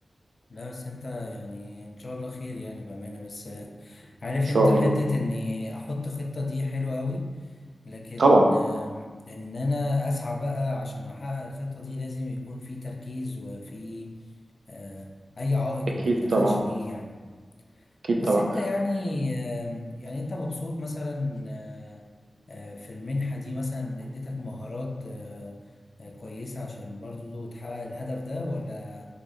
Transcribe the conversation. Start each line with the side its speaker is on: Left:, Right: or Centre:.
Left: لا بس انت يعني ان شاء الله خير يعني بأمانة بس عارف
Right: شاء
Left: انت حتة
Right: الله
Left: اني احط خطة دي حلوة قوي لكن
Right: طبعا
Left: آم، ان انا اسعى بقى عشان احقق الخطة دي لازم يكون في تركيز وفي آه، اي عائق
Right: اكيد
Left: ما التفتش
Right: طبعا
Left: ليه يعني
Right: اكيد
Left: بس
Right: طبعا
Left: انت يعني آم، يعني انت مبسوط مثلا آه، آه، في المنحة دي مثلا اديتك مهارات آه، آه، كويسة عشان برضو تحقق الهدف ده ولا